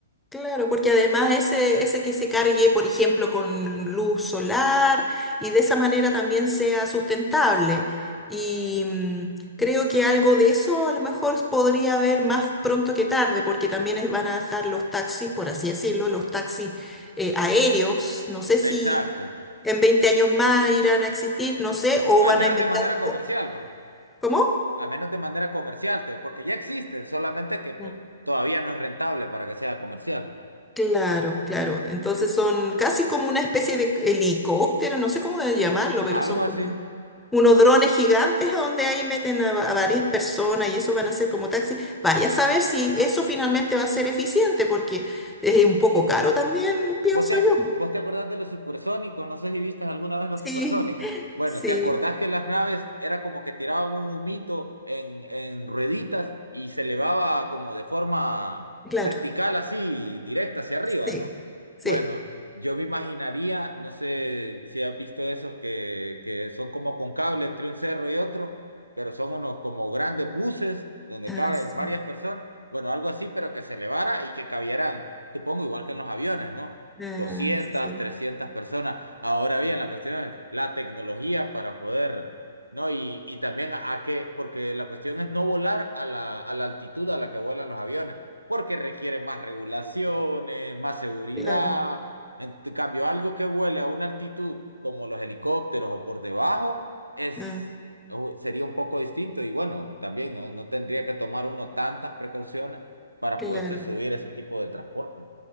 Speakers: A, in the centre; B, on the right.
A: Claro, porque además ese, ese que se cargue, por ejemplo, con luz solar y de esa manera también sea sustentable. Y mm, creo que algo de eso a lo mejor podría haber más pronto que tarde, porque también es- van a dejar los taxis, por así decirlo, los taxis eh, aéreos. No sé
B: Exacto.
A: si en 20 años más irán a existir, no sé, o
B: Al
A: van
B: menos
A: a inventar...
B: de manera
A: o-
B: comercial, va.
A: ¿Cómo?
B: Al menos de manera comercial, Teo, porque ya existen, solamente que pues
A: Mm.
B: todavía no es rentable para que sea comercial.
A: Claro, claro. Entonces son casi como una especie de helicóptero, no sé cómo de llamarlo,
B: Algo
A: pero son como...
B: así.
A: unos drones gigantes a donde ahí meten a, va- a varias personas y eso van a ser como taxis Vaya a saber si eso finalmente va a ser eficiente, porque es un poco caro también, pienso
B: ¿Vos te,
A: yo.
B: vos te acordás de los supersónicos? No sé si viste alguna vez los
A: Sí,
B: supersónicos. Bueno,
A: sí,
B: ¿te acordás que las naves era como que tiraban un humito en, en rueditas y se elevaba como de forma
A: claro,
B: vertical, así, directa hacia arriba,
A: sí,
B: ¿no?
A: sí,
B: Bueno, yo me imaginaría, no sé si has visto esos que, que son como con cable entre un cerro y otro, pero son unos como grandes buses donde
A: ah,
B: caben
A: sí,
B: varias personas. Bueno, algo así, pero que se elevara y que cabieran, supongo, igual que en los aviones, ¿no?
A: ah,
B: doscientas
A: sí,
B: 300 personas. Ahora bien, la cuestión es la tecnología para poder, ¿no? Y, y también a, a qué, porque la cuestión es no volar a la, a la altitud a la que vuelan los aviones, porque requiere más regulaciones, más seguridad.
A: claro,
B: En t- cambio, algo que vuele a una altitud como los helicópteros o por debajo es,
A: ah,
B: o- sería un poco distinto y bueno, también no, no tendría que tomar uno tantas precauciones para
A: claro.
B: poderse subir a ese tipo de transporte.